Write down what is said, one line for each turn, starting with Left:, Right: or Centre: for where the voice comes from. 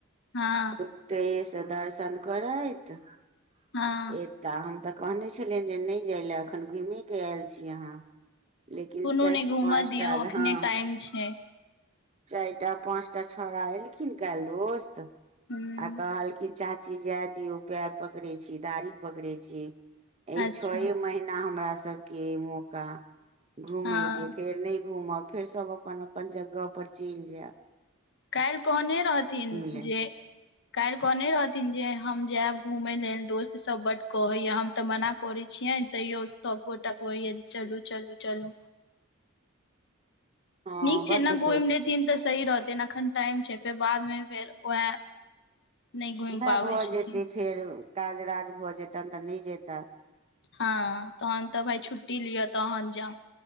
Left: हँ
Right: एतै से दर्शन करैत ए
Left: हँ
Right: तऽ हम तऽ कहने छलियनि जे नहि जाय लए एखन घुमे के आयल छी अहाँ लेकिन
Left: कोनो
Right: चार
Left: नहि घूमऽ
Right: पाँचटा
Left: दियौ अखने
Right: हँ
Left: टाइम छै
Right: चाय टा पाँचटा छौड़ा एलखिन काल्ह दोस्त
Left: ह
Right: आ कहलखिन चाची जाय दियो पैर पकड़े छी दाढ़ी पकड़े छी एहि
Left: अच्छा
Right: छौहे महना हमरा सबके मौका घूमे
Left: हँ
Right: के फेर नहि घूमब फेर सब अपन अपन जगह पर चैल जाय
Left: काइल कहने रहथिन
Right: ले
Left: जे काइल कहने रहथिन जे हम जायब घूमय लेल दोस्त सब बड कहैया हम तऽ मना करैत छियनि तैयो सभगोटा कहैय जे चलू चलू चलू
Right: हँ
Left: नीक छै
Right: बड्ड
Left: न घुम
Right: दोस्त
Left: लेथिन तऽ सही रहथिन ने एखन टाइम छै फेर बादमे फेर उएह नहि घुइम
Right: उएह
Left: पाबै
Right: भऽ
Left: छथिन
Right: जेतै फेर काज राज भऽ जेतैन तऽ नहि जेताऽ
Left: हँ तहन तऽ भाय छुट्टी लिअ तहन जाउ